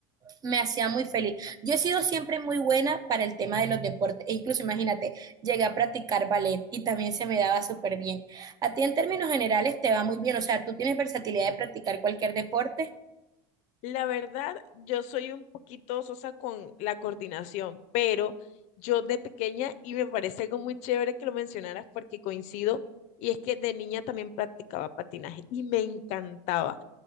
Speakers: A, on the right; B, on the left.
A: me hacía muy feliz. Yo he sido siempre muy buena para el tema de los deportes, e incluso imagínate, llegué a practicar ballet y también se me daba súper bien. A ti en términos generales te va muy bien, o sea, tú tienes versatilidad de practicar cualquier deporte.
B: La verdad, yo soy un poquito sosa con la coordinación, pero yo de pequeña, y me parece algo muy chévere que lo mencionaras porque coincido, y es que de niña también practicaba patinaje y me encantaba.